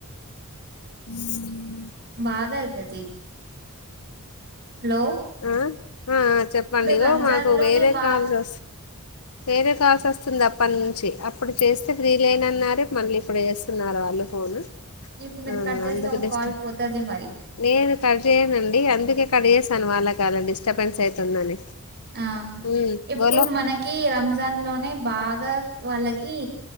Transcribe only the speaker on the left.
<unintelligible>
ఆ ఆ ఆ చెప్పండి
ఇగో
మాకు వేరే
కాల్స్ వస్ వేరే కాల్స్ వస్తుంది అప్పటి నుంచి అప్పుడు చేస్తే ఫ్రీ లేనన్నారు మళ్ళీ ఇప్పుడు చేస్తున్నారు వాళ్ళు ఫోను
ఆ
అందుకు
డిస్
నేను కడ్ చేయనండి అందుకే కడ్ చేస్ ను వాళ్ళ అలా డిస్టర్బెన్స్ అయితుందని
ఉమ్
బోలో